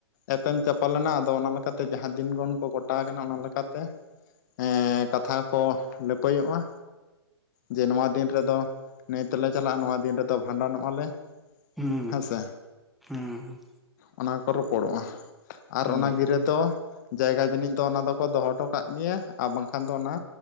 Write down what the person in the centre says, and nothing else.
ᱦᱩᱸ
ᱦᱩᱸ
ᱦᱩᱸ